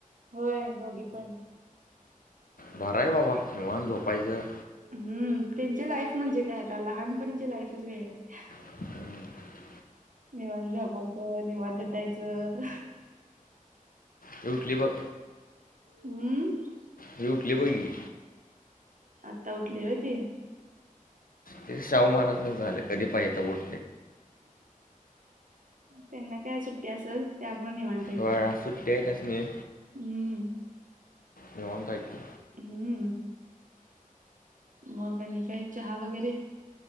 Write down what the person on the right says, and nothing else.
होय दोघी पण.
हम्म त्यांची लाईफ म्हणजे काय आता लहानपणीची लाईफच वेळ आहे.
निवांत झोपायचं निवांत उठायचं.
हम्म.
आत्ता उठली व्हय ती.
त्यानां काय सुट्टी असल त्यामुळं निवांत. आहेत
त्या.
हम्म.
हम्म. मग आणि काय चहा वैगेरे?